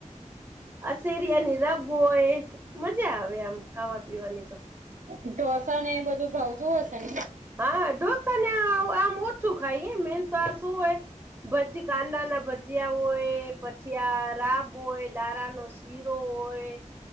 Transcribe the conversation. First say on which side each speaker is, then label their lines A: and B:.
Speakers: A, on the right; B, on the right.
A: અશેરિયાની રબ હોય મજા આવે આમ ખાવા પીવાની તો
B: ઢોસાને એ બધું ભાવતું હશે ને
A: હા ઢોસા ને આમ ઓછું ખાઈ મેન તો શું હોય ભજ કાદાના ભજીયા ભજીયા હોય પછી આ રાબ હોય દારાનો શીરો હોય.